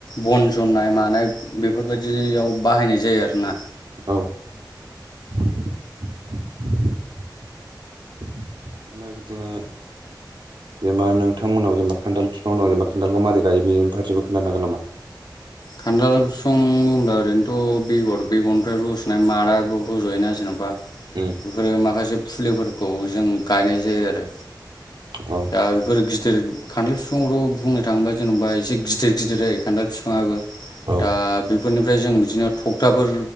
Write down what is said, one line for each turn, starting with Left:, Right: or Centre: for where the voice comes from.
Left: बन जन्नाय मानाय बेफोरबायदि बिदियाव बाहायनाय जायो आरो ना।
Right: औ ओमफ्राय बिदिनो जेनबा नोंथां मोननाव जेबा खान्थाल बिफांं जेनबा खान्थालखौ मारै गायो बेनिारसेबो खोनथानो होन नामा?
Left: खान्थाल बिफां बुंब्ला ओरैनोथ' बेगर बेगरनिफ्राय रज फ्राय माराबो रज'योना जेन'बा
Right: उम
Left: बेफोरो माखासे फुलिफोर खौ जों गायनाय जायो आरो
Right: औ
Left: दा बेफोर गिदिर खान्थाल बिफांखौथ' बुंनो थाङोबा जेनेबा एसे गिदिर गिदिर जायो खान्थाल बिफाङाबो।
Right: औ
Left: दा बेफोरनिफ्राय जों बिदिनो थखथाफोर